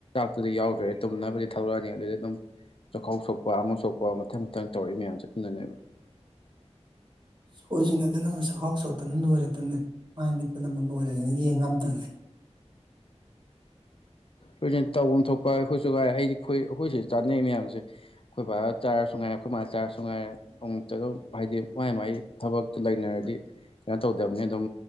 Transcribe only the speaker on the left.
ꯑꯗꯨꯗ ꯌꯥꯎꯗ꯭ꯔꯦ ꯇꯨꯝꯅꯕꯗꯤ ꯊꯧꯂꯛꯑꯅꯤ ꯑꯗꯨꯗꯤ ꯑꯗꯨꯝ ꯆꯥꯛꯈꯥꯎ ꯁꯣꯛꯄ ꯑꯃ ꯁꯣꯛꯄ ꯃꯊꯪ ꯃꯊꯪ ꯇꯧꯔꯛꯏ ꯃꯌꯥꯝꯁꯦ ꯑꯗꯨꯅꯅꯦꯕ
ꯂꯣꯏꯁꯤꯟ ꯇꯧꯐꯝ ꯊꯣꯛꯄ ꯑꯩꯈꯣꯏꯁꯨ ꯉꯥꯏꯦ ꯑꯩꯗꯤ ꯑꯩꯣꯏ ꯑꯩꯈꯣꯏ ꯁꯤꯗ ꯆꯥꯅꯩ ꯃꯌꯥꯝꯁꯦ ꯑꯩꯈꯣꯏ ꯕꯕꯥ ꯆꯥꯔꯁꯨ ꯉꯥꯏꯔꯦ ꯑꯩꯈꯣꯏ ꯃꯥꯅ ꯆꯥꯔꯁꯨ ꯉꯥꯏꯔꯦ ꯑꯃꯨꯛꯇ ꯑꯗꯨꯝ ꯍꯥꯏꯗꯤ ꯃꯥꯏ ꯃꯥꯏ ꯊꯕꯛꯇꯨ ꯂꯩꯅꯔꯗꯤ ꯀꯩꯅꯣ ꯇꯧꯗꯕꯅꯤ ꯑꯗꯨꯝ